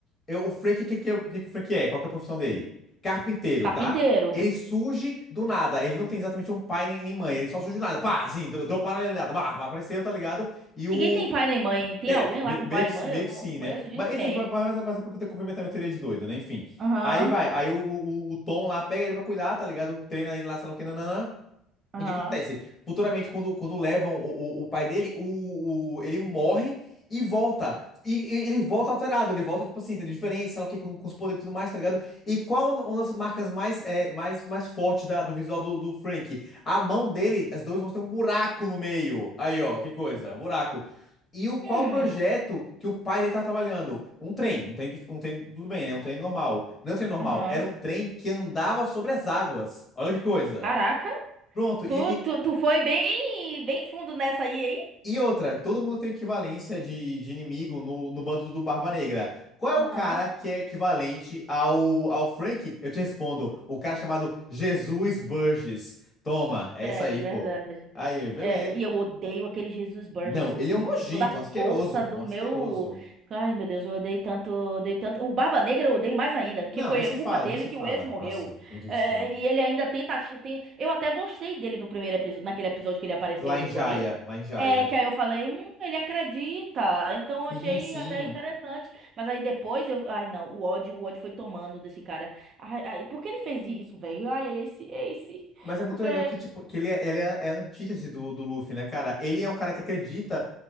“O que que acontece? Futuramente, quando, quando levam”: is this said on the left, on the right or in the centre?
Left